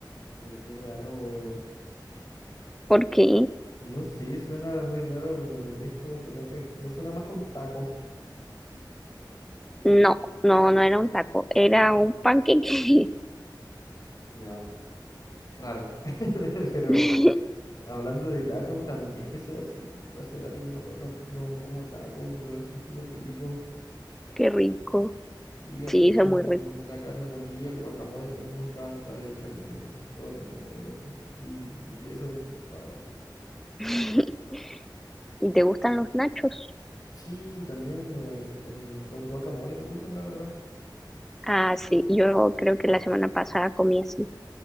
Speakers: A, on the left (about 50°); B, in the centre.
A: pero qué raro, weón.
B: ¿Por qué?
A: No sé, suena muy raro, weón. Es como que no, es- me suena más a un taco.
B: No, no, no era un taco, era un panqueque.
A: Ya, raro. <laughs> Pero
B: <laughs>
A: hablando de tacos también, eso así, hace rato que no, no, no como tacos, weón. Son súper ricos.
B: Qué rico.
A: Y hacer
B: Sí, eso
A: como
B: es muy rico.
A: la carne molida, el guacamole también me encanta. y echarle como porotos negros y, y queso. ah.
B: <laughs> ¿Y te gustan los nachos?
A: Sí, también, weón. Con, con guacamole me gustan, la verdad.
B: Ah, sí, yo creo que la semana pasada comí así.